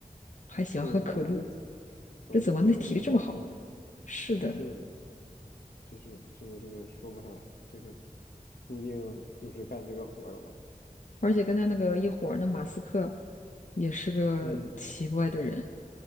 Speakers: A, on the left; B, on the left.
A: 还喜欢喝可乐，
B: 哎，对呀，怎么就精怎么就精力这么旺盛？
A: 这怎么那体力这么好？是的，
B: 是呢，哎，真是这个这个说不上来，这个注定就是干这个活儿的吧。
A: 而且跟他那个一伙儿的马斯克也是个奇怪的人。
B: 嗯，